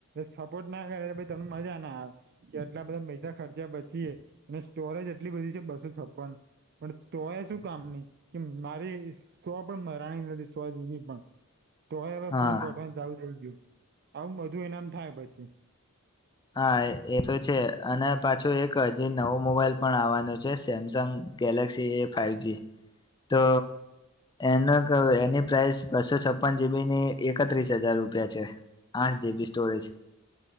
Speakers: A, on the right (about 50°); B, on the left (about 20°).
A: સપોર્ટ ના કરે. એટલે તમને મજા ના આવે કે આટલા બધા પૈસા ખર્ચ્યા પછી અને સ્ટોરેજ એટલી બધી છે બસો છપ્પન પણ તો એ શું કામની કે મારી સો પણ મરાણી નથી સો જીબી પણ. તો એવે
B: હા
A: ફોન ચો જાઉ થઈ ગયું. આવું બધું એનામ થાય પછી.
B: હા એ તો છે અને પાછું એક જ નવો મોબાઈલ પણ આવવાનો છે. Samsung Galaxy A five G. તો એનો એની પ્રાઇસ બસો છપ્પન જીબીની એકત્રીસ હજાર રૂપિયા છે આઠ જીબી સ્ટોરેજ.